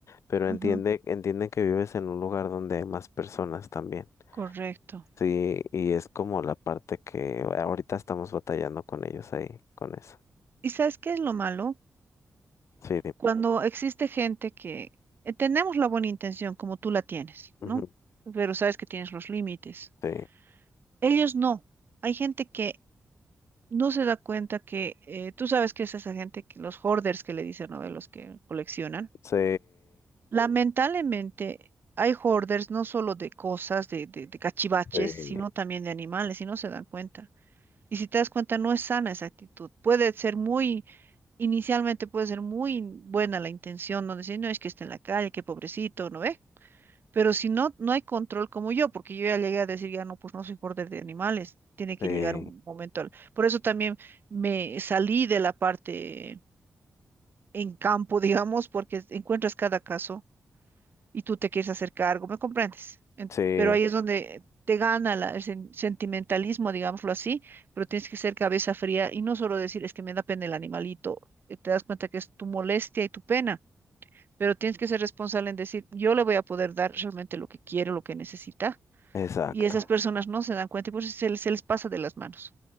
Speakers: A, on the left; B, on the right.
A: pero
B: ujú.
A: entiende, entiende que vives en un lugar donde hay más personas también.
B: Correcto.
A: Sí, y es como la parte que ahorita estamos batallando con ellos ahí, con eso.
B: ¿Y sabes qué es lo malo?
A: Sí, di-
B: Cuando existe gente que eh, tenemos la buena intención como tú la tienes,
A: ujú,
B: ¿no? Pero sabes que tienes los límites.
A: sí,
B: Ellos no. Hay gente que no se da cuenta que eh, tú sabes que es esa gente que los hoarders que le dicen, ¿no? De Los que coleccionan.
A: sí,
B: Lamentablemente hay hoarders no solo de cosas, de, de, de cachivaches,
A: sí,
B: sino también de animales y no se dan cuenta. Y si te das cuenta, no es sana esa actitud. Puede ser muy, inicialmente puede ser muy buena la intención, no decir, no es que esté en la calle, qué pobrecito, ¿no ve? Pero si no, no hay control como yo, porque yo ya llegué a decir, ya no, pues no soy border de animales, tiene que
A: sí,
B: llegar un momento. al- Por eso también me salí de la parte en campo, <laughs> digamos, porque encuentras cada caso y tú te quieres hacer cargo, ¿me comprendes? En-
A: sí,
B: pero ahí es donde te gana la- el sen- sentimentalismo, digámoslo así, pero tienes que ser cabeza fría y no solo decir es que me da pena el animalito, eh, te das cuenta que es tu molestia y tu pena, pero tienes que ser responsable en decir yo le voy a poder dar realmente lo que quiere, lo que necesita
A: exacto,
B: y esas personas no se dan cuenta y por eso se, les- se les pasa de las manos.